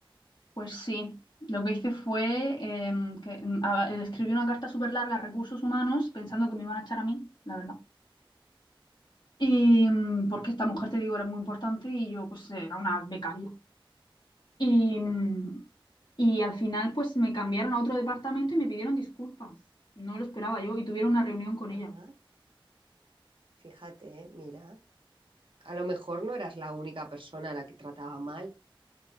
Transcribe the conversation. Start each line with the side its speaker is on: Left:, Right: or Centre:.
Left: Pues sí, lo que hice fue em, que em, a- eh, escribí una carta súper larga a recursos humanos pensando que me iban a echar a mí, la verdad. Y em, porque esta mujer, te digo, era muy importante y yo pues era una becaria. Y, em, y al final pues me cambiaron a otro departamento y me pidieron disculpas. No lo esperaba yo y tuvieron una reunión con
Right: Ah,
Left: ella.
Right: fíjate, mira. A lo mejor no eras la única persona a la que trataba mal.